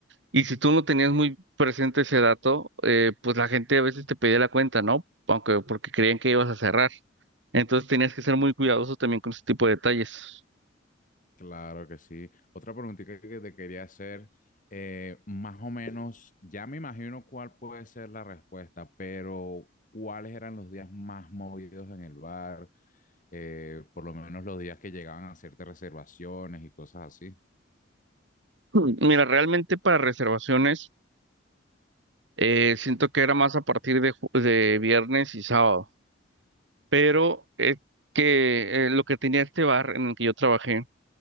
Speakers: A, on the right; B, on the left.
A: y si tú no tenías muy presente ese dato, eh, pues la gente a veces te pedía la cuenta, ¿no? Aunque porque creían que ibas a cerrar. Entonces tenías que ser muy cuidadoso también con ese tipo de detalles.
B: Claro que sí. Otra preguntita que te quería hacer, eh, más o menos, ya me imagino cuál puede ser la respuesta, pero ¿cuáles eran los días más movidos en el bar? Eh, por lo menos los días que llegaban a hacerte reservaciones y cosas así.
A: Mm. Mira, realmente para reservaciones eh, siento que era más a partir de, ju- de viernes y sábado, pero es que eh, lo que tenía este bar en el que yo trabajé